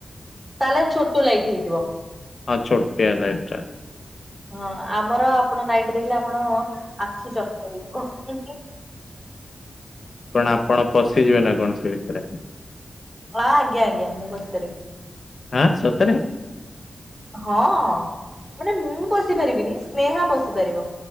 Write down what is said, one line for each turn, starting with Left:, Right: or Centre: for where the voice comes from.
Right: ତାହେଲେ ଛୋଟ ଲାଇଟ୍ ହେଇଥିବ।
Left: ହଁ ଛୋଟିିଆ ଲାଇଟ୍ ଟା।
Right: ହଁ ଆମର ଆପଣ ଲାଇଟ୍ ଦେଖିଲେ ଆପଣ ଆଖି ଚକିତ ହୋଇଯିବ।
Left: କଣ ଆପଣ ପଶିଯିବେ ନାଁ କଣ ସେ ଭିତରେ?
Right: ଆ ଆଜ୍ଞା ଆଜ୍ଞା ମୁଁ ବସିପାରିବି।
Left: ଆଁ ସତରେ?
Right: ହଁ। ମାନେ ମୁଁ ବସିପାରିବିନି ସ୍ନେହା ବସିିପାରିବ।